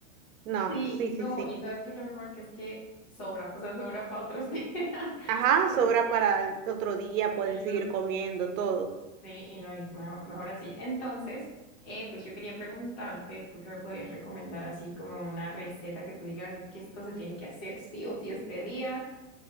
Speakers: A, on the right; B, on the left.
A: No,
B: Sí,
A: sí, sí,
B: no,
A: sí.
B: y sabes que lo mejor que es que sobra, o sea, sobra para otros días. <laughs>
A: Ajá,
B: Sobra.
A: sobra para el otro día, pueden
B: Y
A: seguir
B: luego-
A: comiendo todo.
B: Sí, y no, y mejor, mejor así. Entonces, eh, pues yo quería preguntarte, ¿tú qué me podrías recomendar así como una receta que tú digas, es que esto se tiene que hacer sí o sí este día?